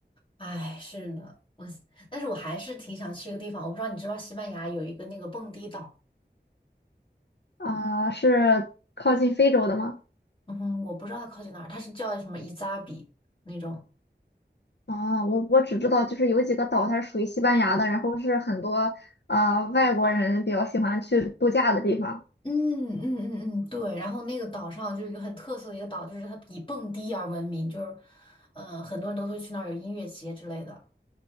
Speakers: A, on the left; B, on the left.
A: 哎，是的，我，但是我还是挺想去一个地方，我不知道你知不知道西班牙有一个那个蹦迪岛。
B: 啊、是靠近非洲的吗？
A: 嗯，我不知道它靠近哪儿，它是叫什么伊扎比那种。
B: 哦，我我只知道就是有几个岛，它是属于西班牙的，然后是很多呃外国人比较喜欢去度假的地方。
A: 嗯嗯嗯嗯，对，然后那个岛上就是有一个很特色的一个岛，就是它以蹦迪而闻名，就是，嗯、很多人都会去那儿有音乐节之类的。